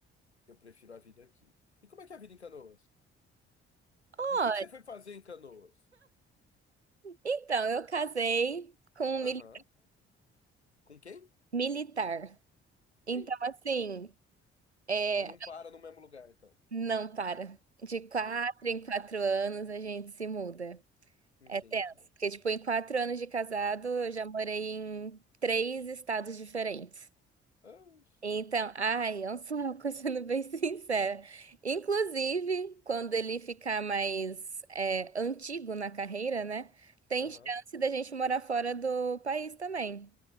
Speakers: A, on the left; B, on the right.
A: eu prefiro a vida aqui. E como é que é a vida em Canoas?
B: Olha,
A: E o que que você foi fazer em Canoas?
B: então, eu casei com um
A: Aham.
B: mili-
A: Com quem?
B: militar. Então,
A: Eita.
B: assim, é,
A: Não para no mesmo lugar, então.
B: não para. De quatro
A: Eita.
B: em quatro anos a gente se muda.
A: Entendi.
B: É tenso. Porque, tipo, em quatro anos de casado, eu já morei em três estados diferentes.
A: Ah,
B: Então, ai, é um saco, <laughs> sendo bem sincera. Inclusive, quando ele ficar mais é, antigo na carreira, né? Tem
A: Aham.
B: chance da gente morar fora do país também.